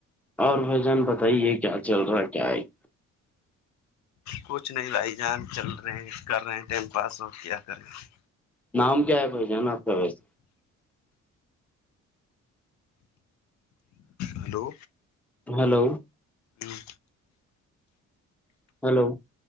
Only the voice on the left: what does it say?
کچھ نہیں لائی جان چل رہے ہیں کر رہے ہیں ٹائم پاس ہو کیا کر رہے ہیں
ہلو
ہوں